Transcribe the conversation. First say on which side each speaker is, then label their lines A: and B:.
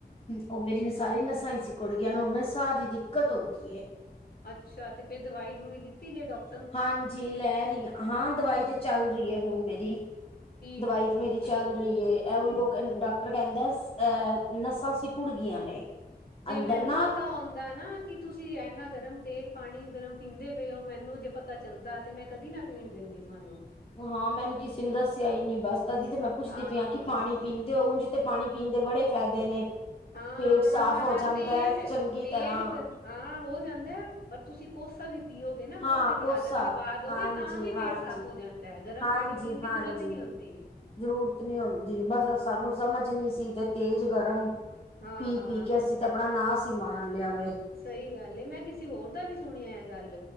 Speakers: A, on the left; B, on the left.
A: ਓ ਮੇਰੀ ਸਾਰੀਆ ਨਸਾਂ ਈ ਸੀਕੁੜ ਗੀਆ ਹੁਣ ਮੈਨੂੰ ਸਾਹ ਦੀ ਦਿੱਕਤ ਹੋ ਗਈਏ।
B: ਅੱਛਾ ਤੇ ਫੇਰ ਦਵਾਈ ਦਵੂਈ ਲਿੱਤੀ ਜੇ ਡੋਕ
A: ਹਾਂਜੀ ਲੈ ਰਹੀ ਆ, ਹਾਂ ਦਵਾਈ ਤੇ ਚੱਲ ਰਹੀ ਐ ਹੁਣ ਮੇਰੀ।
B: ਠੀਕ
A: ਦਵਾਈ
B: ਏ, ਠੀਕ
A: ਤੇ ਮੇਰੀ
B: ਏ।
A: ਚੱਲ ਰਹੀ ਐ, ਐਹ ਓਈਓ ਕਹਿ ਡਾਕ ਟਰ ਕਹਿੰਦਾ ਅਹ ਨਸਾਂ ਸੀਕੁੜ ਗੀਆ ਨੇ।
B: ਜੇ
A: ਅੰਦਰ
B: ਮੈਨੂੰ
A: ਨਾ
B: ਪਤਾ ਹੁੰਦਾ ਨਾ ਕਿ ਤੁਸੀਂ ਐਨਾ ਗਰਮ ਤੇਜ਼ ਪਾਣੀ ਗਰਮ ਪੀਂਦੇ ਪਏ ਓ ਮੈਨੂੰ ਜੇ ਪਤਾ ਚੱਲਦਾ ਤੇ ਮੈਂ ਕਦੀ ਨਾ ਪੀਣ ਦਿੰਦੀ ਤੁਹਾਨੂੰ।
A: ਹਾਂ ਮੈਨੂੰ ਕਿਸੀ ਨੇ ਦੱਸਿਆ ਹੀ ਨੀ ਬਸ, ਤਦੀ ਤੇ ਮੈਂ ਪੁੱਛਦੀ
B: ਹਾਂ।
A: ਪਈ ਆ ਕਿ ਪਾਣੀ ਪੀਣ ਤੇ ਊਂਝ ਤੇ ਪਾਣੀ ਪੀਣ ਦੇ ਬੜੇ ਫੈਦੇ ਨੇ‌।
B: ਹਾਂ
A: ਪੇਟ ਸਾਫ਼
B: ਨਾ-ਨਾ-ਨਾ
A: ਹੋ ਜਾਂਦਾ
B: ਤੇਜ਼
A: ਚੰਗੀ
B: ਤੇਜ਼
A: ਤਰ੍ਹਾਂ।
B: ਗ ਹਾਂ ਹੋ ਜਾਂਦਾ, ਪਰ ਤੁਸੀਂ ਕੋਸਾ ਵੀ ਪੀਓਗੇ ਨਾ ਕੋਸੇ
A: ਹਾਂ
B: ਦੀ
A: ਕੋਸਾ
B: ਆਦਤ ਵੀ ਪਾ ਦੋਗੇ
A: ਹਾਂਜੀ
B: ਤਾਂ ਵੀ
A: ਹਾਂਜੀ
B: ਪੇਟ ਸਾਫ਼ ਹੋ ਜਾਂਦਾ ਐ ਗਰਮ
A: ਹਾਂਜੀ
B: ਪਾਣੀ ਪੀਣ
A: ਹਾਂਜੀ
B: ਦੀ ਜ਼ਰੂਰਤ ਈ ਨੀ ਹੁੰਦੀ।
A: ਜ਼ਰੂਰਤ ਨੀ ਹੁੰਦੀ ਬਸ ਸਾਨੂੰ ਸਮਝ ਨੀ ਸੀ ਤੇ ਤੇਜ਼ ਗਰਮ
B: ਹਾਂ
A: ਪੀ-ਪੀ ਕੇ ਅਸੀਂ ਤੇ ਆਪਣਾ ਨਾਂਸ ਈ ਮਾਰ ਲਿਆ ਵੇ।
B: ਸਹੀ ਗੱਲ ਐ, ਮੈਂ ਕਿਸੇ ਹੋਰ ਦਾ ਵੀ ਸੁਣਿਐ ਗੱਲ